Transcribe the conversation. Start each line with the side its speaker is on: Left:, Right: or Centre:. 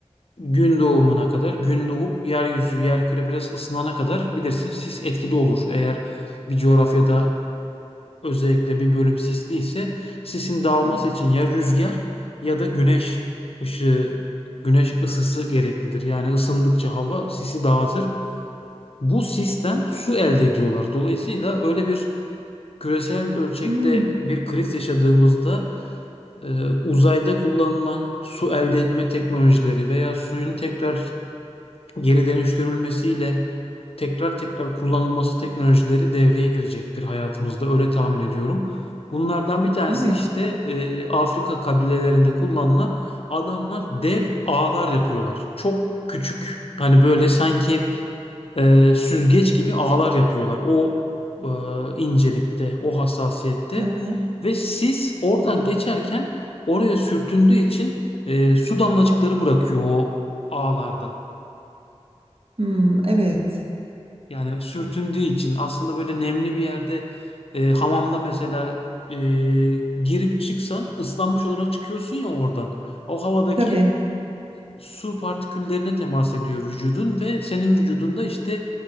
Left: gün doğumuna kadar gün doğup yeryüzü yerküre biraz ısınana kadar bilirsin sis etkili olur. Eğer bir coğrafyada özellikle bir bölüm sisli ise sisin dağılması
Right: Evet.
Left: için ya rüzgar ya da güneş ışığı güneş ısısı gereklidir. Yani ısındıkça hava sisi dağıtır. Bu sisten su elde ediyorlar. Dolayısıyla öyle bir küresel ölçekte
Right: Hmm,
Left: bir kriz yaşadığımızda e, uzayda kullanılan su elde etme teknolojileri veya suyun tekrar geri dönüştürülmesiyle tekrar tekrar kullanılması teknolojileri devreye girecektir hayatımızda öyle tahmin ediyorum. Bunlardan bir tanesi
Right: evet.
Left: işte e, Afrika kabilelerinde kullanılan adamlar dev ağlar yapıyorlar. Çok küçük hani böyle sanki e, süzgeç gibi ağlar yapıyorlar. O e, incelikte, o hassasiyette
Right: Hı hı.
Left: ve sis oradan geçerken oraya sürtündüğü için e, su damlacıkları bırakıyor o ağlarda.
Right: Hmm, evet.
Left: Yani sürtündüğü için aslında böyle nemli bir yerde e, hamamda mesela e, girip çıksan ıslanmış olarak çıkıyorsun ya oradan. O havadaki
Right: Tabii.
Left: su partiküllerine temas ediyor vücudun ve senin vücudunda işte